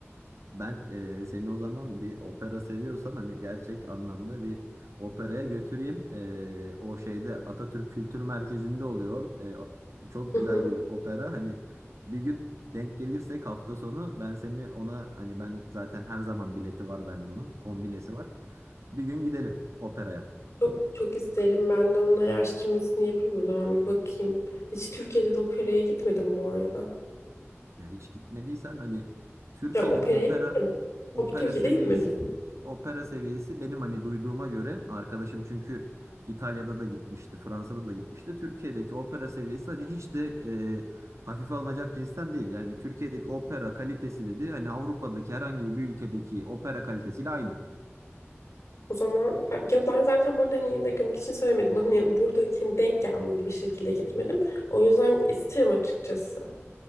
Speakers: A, on the right; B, on the left.
A: Ben e, seni o zaman bir opera seviyorsan hani gerçek anlamda bir operaya götüreyim. E, o şeyde Atatürk Kültür Merkezi'nde oluyor. E, çok
B: Hı
A: güzel
B: hı.
A: bir opera. Hani bir gün denk gelirsek hafta sonu ben seni ona hani ben zaten her zaman bileti var bende onun kombinesi var. Bir gün gidelim operaya.
B: Çok, çok isterim. Ben de onun araştırmasını yapayım o zaman bir bakayım. Hiç Türkiye'de de operaya gitmedim bu arada.
A: Ya hiç gitmediysen hani Türkiye'nin
B: Ya operaya
A: opera
B: gittim.
A: opera
B: Op Türkiye'de
A: seviyesi
B: gitmedim.
A: opera seviyesi benim hani duyduğuma göre arkadaşım çünkü İtalya'da da gitmişti, Fransa'da da gitmişti. Türkiye'deki opera seviyesi hani hiç de e, hafife alınacak cinsten değil. Yani Türkiye'deki opera kalitesi dedi hani Avrupa'daki herhangi bir ülkedeki opera kalitesiyle aynı.
B: O zaman ben, ya ben zaten burada hani yadırgamak için söylemedim. Hani buradaki hani denk gelmedi bir şekilde gitmedim. O yüzden isterim açıkçası.